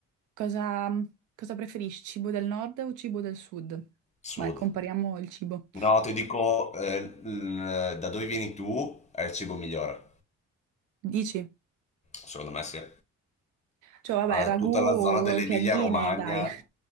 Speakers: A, on the right; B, on the left.
A: cosa, cosa preferisci, cibo del nord o cibo del sud?
B: Sud.
A: Vai, compariamo il cibo.
B: No, ti dico, eh, l- da dove vieni tu è il cibo migliore.
A: Dici?
B: Secondo me sì.
A: Cioè, vabbè,
B: Eh,
A: ragù,
B: tutta la zona dell'Emilia-Romagna.
A: piadine, dai.